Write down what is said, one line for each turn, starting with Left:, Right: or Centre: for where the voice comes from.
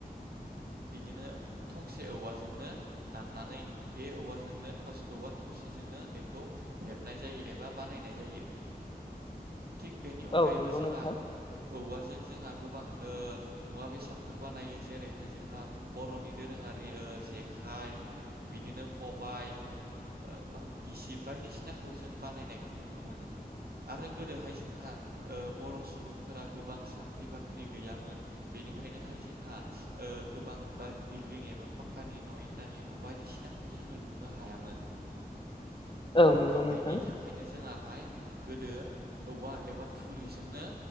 Right: बिदिनो थंसे औवाजोंनो दाननानै बे औवाजोंनो थस औवा थ' सेजोंनो बेखौ हेबनाय जायो एबा बानायनाय जायो। थिग बेनि अनगायैबो
Left: औ नंगौ
Right: जोंहा
Left: नोंथां
Right: औवाजों जोंहा गो बां ओ मुवा बेसादफोर बानायो जेरैहाय जोंहा बर'नि दोरोङारि ओ जेखाइ बिदिनो ख'बाइ ओ बा गिसिब बायदिसिनाखौ जों बानायनायखौ नुनो मोनो। आरो गोदोहाय जोंहा ओ बर' सुबुं फोरा गोबां साख्रि बाख्रि गैयामोन बेनिखायनोहाय जोंहा ओ गोबां बाय बि भिल्डिं एबा पाक्कानि न' इटानि न' बायदिसिनाखौ जोङो लुनो हायामोन।
Left: औ नंगौ नोंथां
Right: बेनि थाखायनो जोङाहाय गोदो औवा एबा थुरिजोंनो